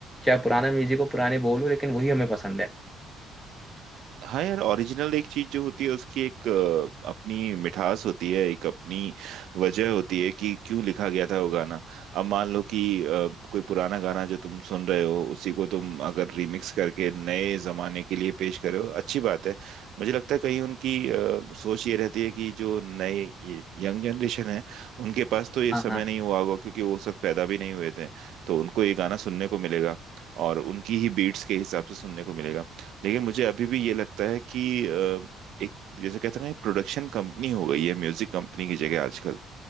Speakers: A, in the centre; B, on the right.
A: चाहे पुराना म्यूजिक हो पुराने बोल हो लेकिन वही हमें पसंद है
B: हाँ यार ओरिजिनल एक चीज जो होती है उसकी एक अ, अपनी मिठास होती है एक अपनी वजह होती है कि क्यों लिखा गया था वो गाना अब मान लो कि अ, कोई पुराना गाना जो तुम सुन रहे हो उसी को तुम अगर रिमिक्स करके नए जमाने के लिए पेश कर रहे हो अच्छी बात है मुझे लगता है कहीं उनकी अ, सोच ये रहती है कि जो नए ये यंग जनरेशन है उनके पास तो ये
A: हाँ
B: समय
A: हाँ
B: नहीं हुआ होगा क्योंकि वो उस वक्त पैदा भी नहीं हुए थे तो उनको ये गाना सुनने को मिलेगा और उनकी ही बीट्स के हिसाब से सुनने को मिलेगा लेकिन मुझे अभी भी ये लगता है कि अ, एक जैसे कहते हैं ना प्रोडक्शन कंपनी हो गई है म्यूजिक कंपनी की जगह आजकल